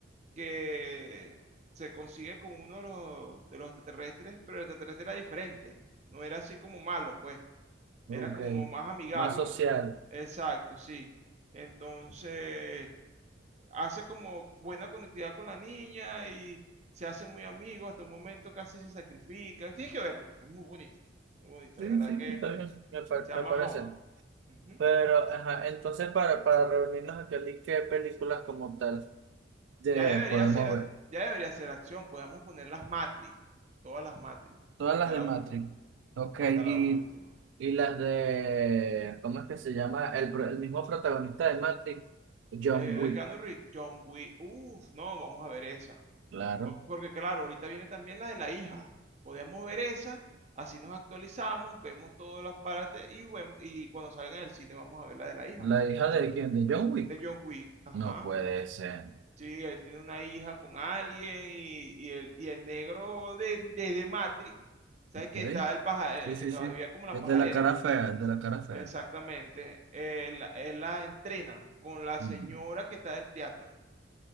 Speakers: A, on the right (about 35°); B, on the right (about 80°).
A: que se consigue con uno de los, de los extraterrestres, pero el extraterrestre era diferente. No era así como malo, pues. Era
B: ok.
A: como más amigable.
B: Más social.
A: Exacto, sí. Entonces, hace como buena conectividad con la niña y se hace muy amigo. Hasta un momento casi se sacrifica. Tienes que verla. Es muy bonita. Muy bonita,
B: Sí,
A: de verdad
B: sí,
A: que.
B: está bien, me, pa-
A: Se llama
B: me parece.
A: Home. Ujú.
B: Pero, ajá, entonces para, para reunirnos aquí, Ali, ¿qué películas como tal de,
A: Ya debería
B: podemos
A: ser,
B: ver?
A: ya debería ser acción. Podemos poner las Matrix. Todas las Matrix.
B: Todas
A: Hasta
B: las de
A: la
B: Matrix.
A: última.
B: Ok,
A: Hasta la
B: y,
A: última.
B: y las de, ¿cómo es que se llama? El, pro- el mismo protagonista de Matrix, John
A: Eh,
B: Wick.
A: de Keanu Reeves, John Wick. Uf, no, vamos a ver esa.
B: Claro.
A: O- Porque claro, ahorita viene también la de la hija. Podemos ver esa. Así nos actualizamos, vemos todas las partes y, bueno, y cuando salgan en el cine vamos a ver la de la hija.
B: ¿La hija de quién? ¿De John Wick?
A: De John Wick. Ajá.
B: No puede ser.
A: Sí, él tiene una hija con alguien y, y el, y el negro de, desde Matrix ¿Sabes
B: Ok.
A: qué? Estaba el paja,
B: Sí,
A: el que
B: sí,
A: trabajaba
B: sí.
A: como la
B: El
A: pajarera.
B: de la cara fea, el de la cara fea.
A: Exactamente. Él, él la entrena con la
B: Mm.
A: señora que está del teatro.